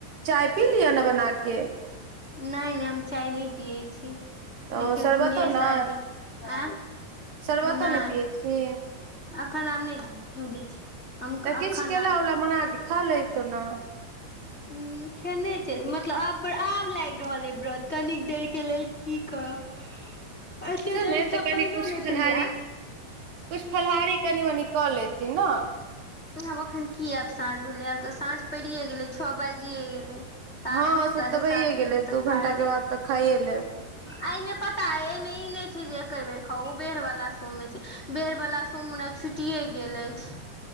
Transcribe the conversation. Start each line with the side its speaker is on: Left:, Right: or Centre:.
Right: चाय पी लिअ ने बना के।
Left: नहि- नहि हम चाय नहि पियै छी,
Right: तऽ
Left: देखियौ
Right: शरबतो
Left: गुंजेश
Right: ने
Left: आबि गेल। आ
Right: शरबतो
Left: नै
Right: ने पियै छी
Left: अखन आब नै, जूली छै हम
Right: तऽ
Left: अखन
Right: किछ केला
Left: आब
Right: -उला मंगा कऽ खा लेतौ ने।
Left: ह खेने छै, मतलब आब- आब लागि रहल अ व्रत। कनिक देर के लेल की करब अते देर
Right: ने तऽ
Left: से
Right: कनि
Left: पाइनो
Right: कुछ
Left: ने
Right: फलाहारी
Left: पलिये।
Right: कुछ फलहारी कनि, मनि कऽ लेति ने।
Left: आब अखन की आब, साँझ भेलै आब तऽ साँझ पड़िे गेलै छओ बाजिे गेलै। सात
Right: हँ से
Left: साढ़े
Right: तऽ भैए
Left: सात
Right: गेले,
Left: बजे तक
Right: दू,
Left: खाय
Right: घंटा के
Left: लेबै
Right: बाद तऽ खाइए लेब।
Left: एहिमे पता हइ एहिमे ई नहि छै जे, एके बेर खाऊ, उ बेर वाला सोबमे छै। बेर बला सोम हमरा छुटिये गेल एछ।